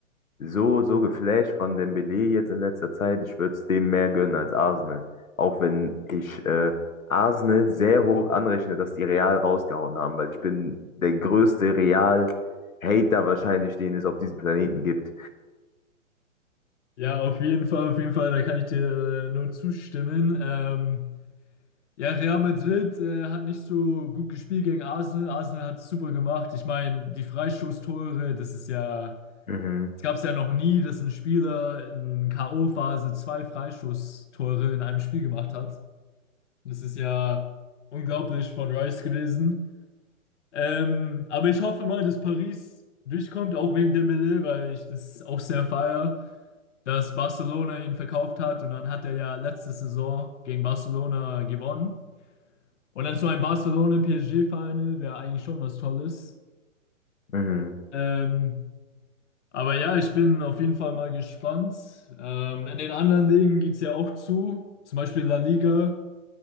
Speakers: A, on the left; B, on the left.
A: so, so geflasht von Dembélé jetzt in letzter Zeit. Ich würde es dem mehr gönnen als Arsenal. Auch wenn ich äh, Arsenal sehr hoch anrechne, dass die Real rausgehauen haben, weil ich bin der größte Real-Hater wahrscheinlich, den es auf diesem Planeten gibt.
B: Ja, auf jeden Fall, auf jeden Fall, da kann ich dir äh, nur zustimmen. Ähm, ja, Real Madrid äh, hat nicht so gut gespielt gegen Arsenal. Arsenal hat es super gemacht. Ich meine, die Freistoßtore, das ist ja,
A: Mhm,
B: das gab es ja noch nie, dass ein Spieler in K.O.-Phase zwei Freistoßtore in einem Spiel gemacht hat. Das ist ja unglaublich von Rice gewesen. Ähm, aber ich hoffe mal, dass Paris durchkommt, auch wegen Dembélé, weil ich das auch sehr feiere dass Barcelona ihn verkauft hat und dann hat er ja letzte Saison gegen Barcelona gewonnen. Und dann so ein Barcelona-PSG-Final wäre eigentlich schon was Tolles.
A: mhm,
B: Ähm, aber ja, ich bin auf jeden Fall mal gespannt. Ähm, in den anderen Ligen geht es ja auch zu, zum Beispiel La Liga.